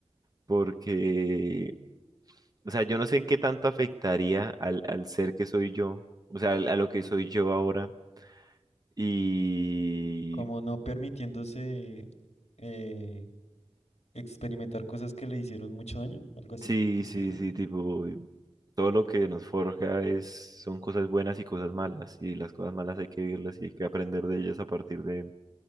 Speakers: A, on the right; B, on the left.
A: porque O sea, yo no sé en qué tanto afectaría al, al ser que soy yo, o sea, al- a lo que soy yo ahora. Y
B: Como no permitiéndose eh, experimentar cosas que le hicieron mucho daño, algo así,
A: sí,
B: que usted
A: sí,
B: dice.
A: sí, tipo, todo lo que nos forja es, son cosas buenas y cosas malas. Y las cosas malas hay que vivirlas y hay que aprender de ellas a partir de